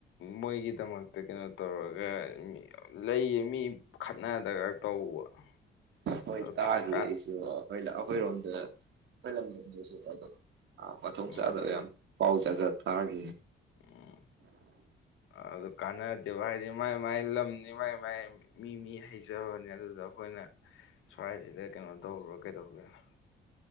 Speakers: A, on the left (about 85°); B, on the right (about 70°).
A: ꯃꯣꯏꯒꯤꯗꯃꯛꯇ ꯀꯩꯅꯣ ꯇꯧꯔꯒ ꯂꯩꯌꯦ ꯃꯤ ꯈꯠꯅꯗꯒ ꯇꯧꯕ <unintelligible>
B: ꯍꯣꯏ ꯇꯥꯈꯤ
A: ꯀꯥ
B: ꯑꯩꯁꯨ ꯑꯩꯈꯣꯏ ꯑꯩꯈꯣꯏꯔꯣꯝꯗ ꯑꯩꯈꯣꯏ ꯂꯝꯂꯣꯝꯗꯁꯨ ꯑꯗꯣ꯫ ꯑꯥ ꯃꯊꯣꯡ
A: ꯎꯝ
B: ꯆꯥꯗꯕ ꯌꯥꯝ ꯄꯥꯎ ꯆꯥꯖ ꯊꯥꯈꯤ꯫
A: ꯎꯝ ꯑꯗꯨ ꯀꯥꯟꯅꯗꯦꯕ ꯍꯥꯏꯗꯤ ꯃꯥꯏ ꯃꯥꯥꯏꯜꯂ ꯂꯝꯂꯝꯅꯤ ꯃꯥꯏ ꯃꯥꯏ ꯃꯤ ꯃꯤ ꯍꯩꯖꯕꯅꯤ ꯑꯗꯨꯗ ꯑꯩꯈꯣꯏꯅ ꯁ꯭ꯋꯥꯏꯁꯤꯗ ꯀꯩꯅꯣ ꯇꯧꯔꯨꯔ ꯀꯩꯗꯧꯗꯣꯏꯅꯣ꯫